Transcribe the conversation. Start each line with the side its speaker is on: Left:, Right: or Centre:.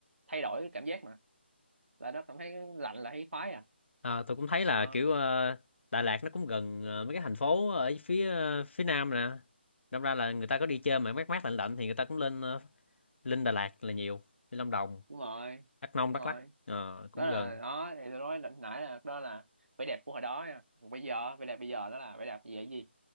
Right: thay đổi cái cảm giác mà là nó cảm thấy lạnh là thấy khoái à
Left: à tôi cũng thấy là
Right: đó
Left: kiểu ờ, Đà Lạt nó cũng gần ờ, mấy cái thành phố ở phía ờ, phía nam nè đâm ra là người ta có đi chơi mà mát mát lạnh lạnh thì người ta cũng lên ờ, lên Đà Lạt là nhiều đi Lâm Đồng
Right: đúng rồi
Left: Đắk Nông
Right: đúng
Left: Đắk
Right: rồi
Left: Lắk ờ,
Right: đó
Left: cũng
Right: là
Left: gần
Right: đó thì tôi nói lần nãy là đó là vẻ đẹp của hồi đó nha Còn bây giờ vẻ đẹp bây giờ đó là vẻ đẹp về cái gì